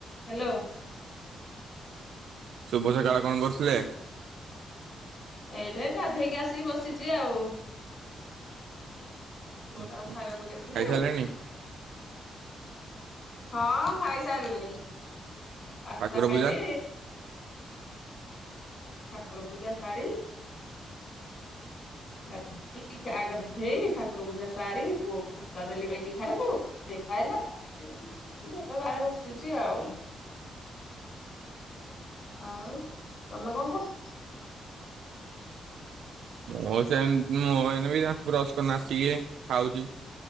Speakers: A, on the left; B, on the right.
A: Hello.
B: ଶୁଭ ସକାଳ କଣ କରୁଥିଲେ?
A: ଏଇଠି ଗାଧେଇକି ଆସିକି ବସିଛି ଆଉ। ପୁଅ
B: ହୁଁ
A: ଟାକୁ
B: ହୁଁ
A: ଖାଇବାକୁ ଦେଇଥିଲି
B: ଖାଇସାରିଲେଣି
A: ହଁ ଖାଇସାରିଲିଣି ପାସ୍ତା
B: ଠାକୁର
A: ଖାଇଲି
B: ପୂଜା?
A: ଠାକୁର ପୂଜା ସାରି <unintelligible> ଗାଗଧେଇ ଠାକୁର ପୂଜା ସାରି ପୁଅକୁ ପାସ୍ତା ଦେଲି କହିକି ଖାଇବାକୁ ସେ ଖାଇଲା ତାପରେ <unintelligible> ଏବେ ବାହାରେ ବସିଛି ଆଉ। ଆଉ ତମେ କଣ କର
B: ମୁଁ ସେ ମୁଁ ଏଇନାବି ବ୍ରସ କରି ନାସିକି ଖାଉଛି।